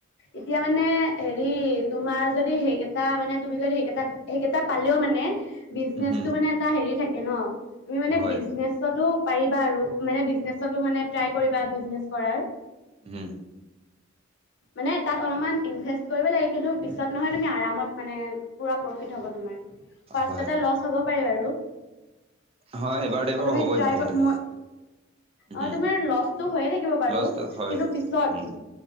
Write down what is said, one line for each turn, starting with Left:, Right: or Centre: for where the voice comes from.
Left: এতিয়া মানে হেৰি তোমাৰ যদি সেই এটা মানে তুমি যদি সেইকেইটাত সেইকেইটা পালেও মানে বিজনেচটো
Right: উম
Left: মানে এটা <unintelligible> তুমি মানে
Right: হয়
Left: বিজনেছতো। পাৰিবা আৰু মানে বিজনেছতো মানে ট্ৰাই কৰিবা বিজনেছ কৰাৰ।
Right: হম।
Left: মানে তাত অলপমান ইনভেষ্ট কৰিব লাগে কিন্তু পিছত নহয় তুমি আৰামত মানে পুৰা প্ৰফিট হ'ব তোমাৰ। ফাৰ্চতে
Right: হয়
Left: লছ হ'ব পাৰে বাৰু।
Right: হয় এইবাৰতো এইবাৰ
Left: ত তুমি
Right: হ'বই
Left: ট্ৰাই
Right: মানে এইটো
Left: মই অ'
Right: উম
Left: তুমাৰ লছটো হৈয়ে থাকিব বাৰু
Right: লছটো হয়
Left: কিন্তু পিছত।
Right: উম